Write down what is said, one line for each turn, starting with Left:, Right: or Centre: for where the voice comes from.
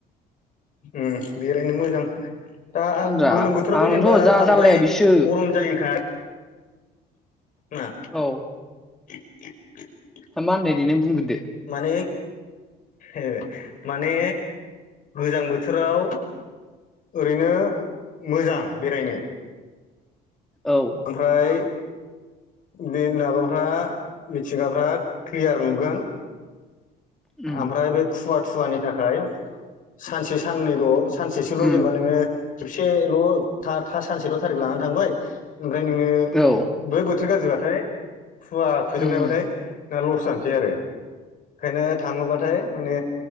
Left: उम बेरायनो मोजां दा
Centre: रा
Left: गोलोम बोथोरावबो
Centre: आंथ'
Left: जेनेबा
Centre: जा
Left: बांद्राय
Centre: जारलाया बिसो
Left: गरम जायोखा ना
Centre: औ
Left: <unintelligible>
Centre: मा होननाय दे नों बुंग्रोदो?
Left: माने ए माने गोजां बोथोराव ओरैनो मोजां बेरायनो
Centre: औ
Left: ओमफ्राय बे माबाफ्रा मिथिंगाफ्रा क्लियार नुगोन।
Centre: उम
Left: ओमफ्राय बे खुवा खुवानि थाखाय सानसे साननैल' सानसेसोल'
Centre: उम
Left: जेनेबा नोङो खेबसेल' था सानसेल' थारिख लानानै थांबाय ओमफ्राय नोङो
Centre: औ
Left: बे बोथोर गाज्रिबाथाय खुवा खुजोबनायबाथाय
Centre: उम
Left: ना लस जानोसै आरो ओंखायनो थाङोबाथाय माने